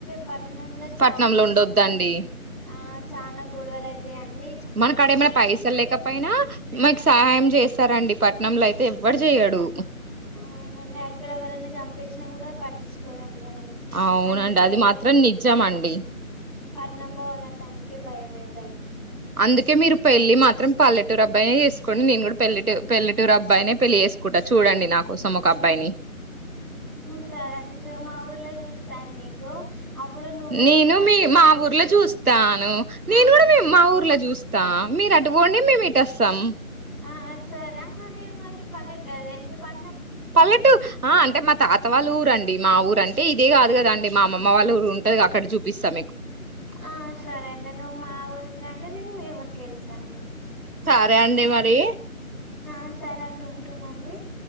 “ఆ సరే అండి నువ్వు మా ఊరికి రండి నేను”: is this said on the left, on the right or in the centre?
Centre